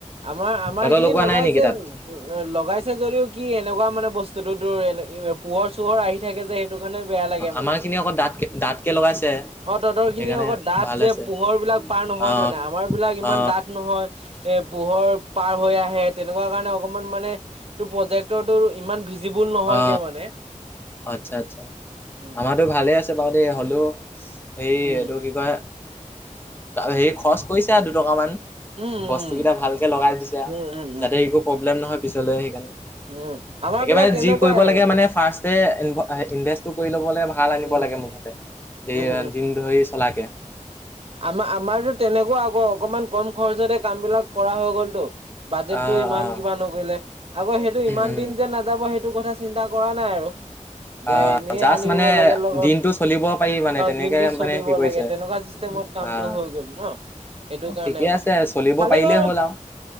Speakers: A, on the right; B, on the left.
A: আমাৰ, আমাৰ
B: তহঁতৰ
A: এইখিনি
B: লগোৱা
A: লগাইছিল।
B: নাই নেকি তাত
A: উম, লগাইছে যদিও কি এনেকুৱা মানে বস্তুতটো তোৰ এ পোহৰ, চোহৰ আহি থাকে যে সেইটো কাৰণে বেয়া লাগে।
B: আমাৰখিনি আকৌ ডাঠ, ডাঠকে লগাইছে।
A: অঁ, তহতৰ খিনি
B: সেইকাৰণে
A: আকৌ ডাঁঠ
B: ভাল
A: যে
B: হৈছে
A: পোহৰ বিলাক পাৰ নহয়
B: অ
A: মানে, আমাৰ বিলাক ইমান
B: অ
A: ডাঠ নহয় এ, পোহৰ পাৰ হৈ আহে তেনেকুৱা কাৰণে অকমান মানে টোৰ, প্ৰজেক্টৰটো ইমান ভিজিবুল নহয়গে
B: অ
A: মানে
B: আচ্ছা আচ্ছা
A: উম
B: আমাৰতো ভালে আছে বাৰু দেই হ'লেও হে
A: উম
B: এইটো কি কয়? হেৰি খৰচ কৰিছো দুটকামান।
A: উম উম
B: বস্তু কেইটা ভালকে লগাই দিছে
A: উম উম উম উম
B: যাতে একো প্ৰব্লেম
A: অ
B: নহয় পিছলে সেইকাৰণে।
A: উম, আমাৰ
B: একেবাৰে
A: বিলাক তেনেকুৱাই
B: যি কৰিব লাগে মানে ফাৰ্ষ্টে ইনভেষ্টটো কৰি ল'ব ভাল ভাল আনিব
A: উম,
B: লাগে মুঠতে দি-দিন
A: উম,
B: ধৰি চলাকে।
A: আমাৰ-আমাৰতো তেনেকুৱা আকৌ অকমান কম খৰচতে কাম বিলাক কৰা হৈ গ'লটো বাজেটো
B: আহ
A: ইমান
B: আহ
A: কিবা নকৰিলে আকৌ সেইটো ইমান
B: উম
A: দিন যে ন যাব সেইটো কথা চিন্তা কৰা নাই আৰু। যে
B: আহ
A: এনেই
B: জাষ্ট
A: আনিব
B: মানে
A: লাগে লগত।
B: দিনটো চলিব পাৰি মানে তেনেকে
A: দিনতটো চলিব
B: মানে হেৰি কৰিছে
A: লাগে তেনেকুৱা কামটো
B: আহ
A: হৈ গ'ল ন, সেইটো কাৰণে
B: ঠিকে
A: আকৌ।
B: আছে চলিব
A: খালি
B: পাৰিলেই
A: বাৰু
B: হ'ল আৰু